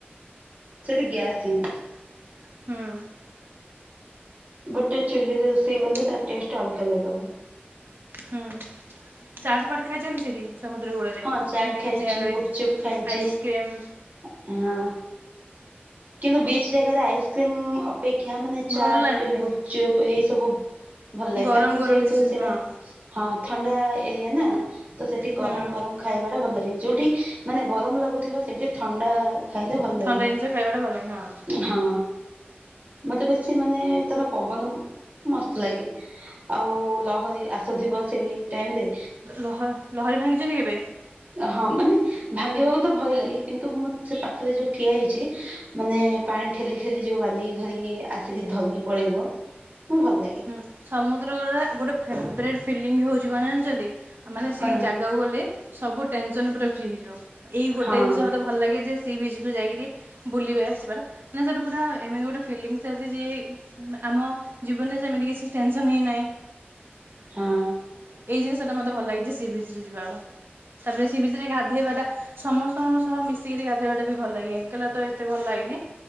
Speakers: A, on the right; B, on the right.
A: ସେଠି ଗ୍ୟାସ ସିଂ
B: ହୁଁ।
A: ଗୋଟେ ଚୁଲି ରୋଷେଇ
B: ଆଉ
A: କଲେ। ତା ଟେଷ୍ଟ ଅଲଗ ଲେଭଲର।
B: ହୁଁ, ଚାଟ୍ ଫାଟ ଖାଇଛନ୍ତି ସେଇଠି? ସମୁଦ୍ର କୂଳରେ।
A: ହଁ ଚାଟ୍
B: ବିଚ୍
A: ଖାଇଛି
B: ଜାଗାରେ,
A: ଗୁପଚୁପ୍ ଖାଇଛି
B: ଆଇସ୍କ୍ରିମ୍
A: ହଁ। କିନ୍ତୁ ବିଚ୍ ଜାଗାରେ ଆଇସ୍କ୍ରିମ ଅପେକ୍ଷା ମାନେ ଚାଟ,
B: ଭଲ ଲାଗେନି
A: ଗୁପ୍ ଚୁପ୍ ଏଇ ସବୁ ଭଲ ଲାଗେ
B: ଗରମ
A: କାରଣ
B: ଗରମ
A: ଯେହେତୁ
B: ଜିନିଷ
A: ସେଇଟା
B: ହଁ
A: ହଁ ଥଣ୍ଡା ଏରିଆ ନା। ତ ସେଠି ଗରମ
B: ହୁଁ
A: ଗରମ ଖାଇବାଟା ଭଲ ଲାଗେ। ଯୋଉଠି ମାନେ ଗରମ ଲାଗୁଥିବ ସେଇଠି ଥଣ୍ଡା ଖାଇଲେ ଭଲ
B: ଥଣ୍ଡା
A: ଲାଗିବ।
B: ଜିନିଷ ଖାଇବାଟା ଭଲଲାଗେ ହଁ।
A: ହଁ ମତେ ବେଶି ମାନେ ତାର ପବନ ମସ୍ତ ଲାଗେ ଆଉ ଲହରୀ ଆସୁଥିବ ସେଇ ଟାଇମରେ
B: ଲହ ଲହରୀ ଭାଙ୍ଗିଛନ୍ତି କେବେ?
A: ହଁ ମାନେ ଭାଙ୍ଗିବାକୁ ତ ଭୟ ଲାଗେ କିନ୍ତୁ ମୁଁ ସେ ପାଖରେ ଯଉ ଠିଆ ହେଇଚି ମାନେ ପାଣି ଠେଲି ଠେଲି ଯେଉଁ ବାଲି ଧରିକି ଆସିକି ଧରିକି ପଳେଇବ ମୁଁ ଭଲ ଲାଗେ।
B: ହୁଁ ସମୁଦ୍ର ବେଳାରେ ଗୋଟେ ଫେବ୍ରଟ୍ ଫିଲିଙ୍ଗ ହେଉଚିକଣ ଜାଣିଚନ୍ତି? ମାନେ
A: କଣ
B: ସେଇ ଜାଗାକୁ ଗଲେ ସବୁ ଟେନସନ୍ ପୁରା ଫ୍ରି ହେଇଯିବ। ଏଇ ଗୋଟେ
A: ହଁ
B: ଜିନିଷ ମତେ ଭଲ ଲାଗେ ଯେ ସି ବିଚରୁ ଯାଇକିରି ବୁଲିବାଲି ଆସିଚିପରା ମାନେ ସେଠୁ ପୁରା ଏମିତି ଗୋଟେ ଫିଲିଙ୍ଗସ୍ ଆସେ ଯେ ଆମ ଜୀବନରେ ସେମିତି କିଛି ଟେନସନ୍ ହିଁ ନାହିଁ।
A: ହଁ।
B: ଏଇ ଜିନିଷଟା ମତେ ଭଲ ଲାଗେ ଯେ ସି ବିଚରେ ଯିବାଗୁଡା ତାପରେ ସି ବି୍ରଚରେ ଗାଧଇବାଟା। ସମସ୍ତଙ୍କ ସହ ମିଶିକିରି ଗାଧେଇବା ଟା ବି ଭଲ ଲାଗେ ଏକେଲାତ ଏତେ ଭଲ ଲାଗେନି।